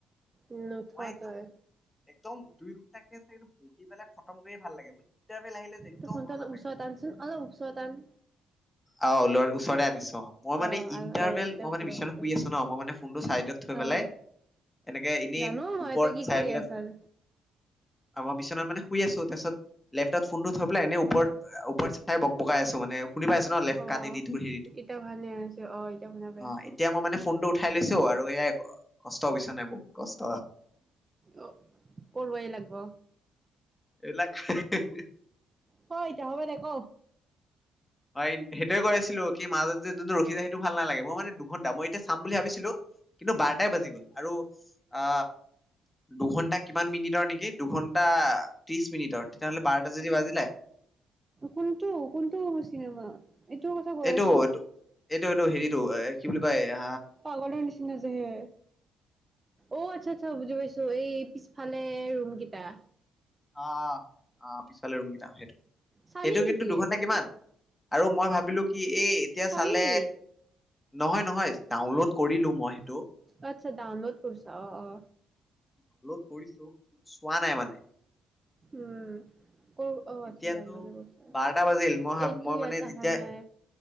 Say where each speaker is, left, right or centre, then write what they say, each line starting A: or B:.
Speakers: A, on the right (about 20°); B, on the left (about 15°).
A: উ নুঠ
B: মই একদম
A: তই
B: একদম দুই ঘণ্টাকে বহি পেলাই খতম কৰি ভাল লাগে মোৰ ইণ্টাৰভেল আহিলে একদম
A: ত ফোনটো
B: ভাল
A: অলপ
B: নালাগে।
A: ওচৰত আনচোন অলপ ওচৰ আন
B: অ ল ওচৰলে আনিছো মই মানে
A: অ',
B: ইণ্টাৰভেল
A: এতিয়া
B: মই মানে
A: পুৰা
B: বিচনাত
A: ভালকে
B: শুই আছো ন মই মানে ফোনটো চাইডত থৈ
A: অ',
B: পেলাই এনেকে এনেই
A: জানো মই
B: ওপৰত
A: তই কি
B: চাই
A: কৰি
B: পেলাই
A: আছা।
B: মই বিচনাত মানে শুই আছো তাৰপিছত লেপটপ ফোনটো থম এনে ওপৰতৰ ওপৰত চাই বক বকাই আছো মানে শুনি পাইছো ন লেফ্ট
A: অ
B: কাণেদি তোৰ হেৰিটো
A: এতিয়া ভালকে শুনছো অহ এতিয়া শুনি পাইছো
B: অ এতিয়া মই মানে ফোনটো উঠাই লৈছো আৰু এয়াই কষ্ট বুইছা নাই বহুত কষ্ট
A: অ কৰৱাই লাগব
B: এইবিলাক হি হি হি
A: হয় তে হ দেখ <unintelligible>
B: হয় সেইটোৱে গছিলো কি মাজত যোনটো ৰখি যায় সেইটো ভাল নালাগে মই মানে দুঘন্টা মই এতিয়া চাম বুলি ভাবিছিলো কিন্তু বাৰটাই বাজি গ'ল আৰু অ দুঘন্টা কিমান মিনিটৰ নেকি দুঘন্টা ত্ৰিশ মিনিটৰ তেতিয়াহ'লে বাৰটা যদি বাজিলে
A: কোনটো কোনটো চিনেমা? এইটোও কথা কৈ
B: এইটো
A: আছো
B: এইটো এইটো হেৰিটো এ কি বুলি কয় এ
A: পাগলৰ নিচিনা যে হে অ আচ্ছা আচ্ছা বুজি পাইছো এই পিছ ভালে ৰুমকিটা
B: অ অ পিছফালে ৰুমকেইটা সেইটো
A: চালি
B: সেইটো
A: নেকি
B: কিন্তু দুঘণ্টা কিমান? আৰু মই ভাবিলো কি এই এতিয়া
A: চালি।
B: চালে নহয় নহয় ডাউনলোড কৰিলো মই সেইটো
A: আচ্ছা ডাউন লদ কৰিছা অ অ
B: ডাউনলোড কৰিছো চোৱা নাই মানে
A: উম অ অ আচ্ছা
B: এতিয়াতো
A: ডাউনলড এ কৰিছা
B: বাৰটা বাজিল মই ভাব
A: এইটো
B: মই
A: ইয়াত
B: মানে যেতিয়া
A: অহা নাই